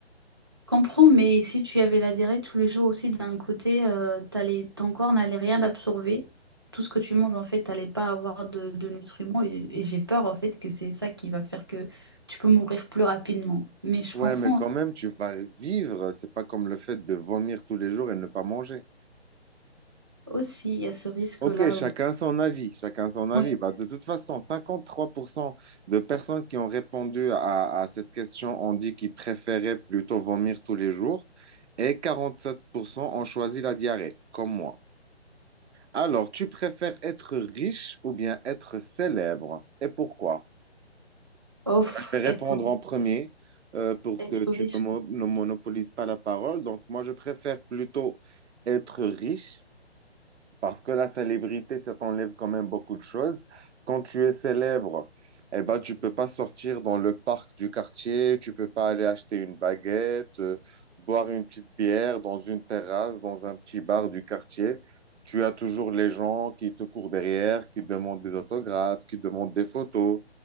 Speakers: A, on the right; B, on the right.
A: Comprends, mais si tu avais la diarrhée tous les jours aussi, d'un côté, euh, t'allais- ton corps n'allait rien absorber. Tout ce que tu manges, en fait, t'allais pas avoir de, de nutriments. Et, et j'ai peur, en fait, que c'est ça qui va faire que tu peux mourir plus rapidement. Mais je
B: Ouais,
A: comprends
B: mais quand même, tu vas vivre. C'est pas comme le fait de vomir tous les jours et ne pas manger.
A: aussi, il y a ce risque-là
B: Ok, chacun
A: aussi.
B: son avis, chacun son avis.
A: Ouais.
B: Bah, de toute façon, 53% de personnes qui ont répondu à, à cette question ont dit qu'ils préféraient plutôt vomir tous les jours et 47% ont choisi la diarrhée, comme moi. Alors, tu préfères être riche ou bien être célèbre? Et pourquoi?
A: Oh, pff,
B: Je vais
A: être,
B: répondre
A: riche,
B: en premier euh, pour
A: Être
B: que tu
A: riche,
B: ne, mo-
A: quoi.
B: ne monopolises pas la parole. Donc, moi, je préfère plutôt être riche parce que la célébrité, ça t'enlève quand même beaucoup de choses. Quand tu es célèbre, eh ben, tu peux pas sortir dans le parc du quartier, tu peux pas aller acheter une baguette, euh, boire une petite bière dans une terrasse, dans un petit bar du quartier. Tu as toujours les gens qui te courent derrière, qui demandent des autographes, qui demandent des photos,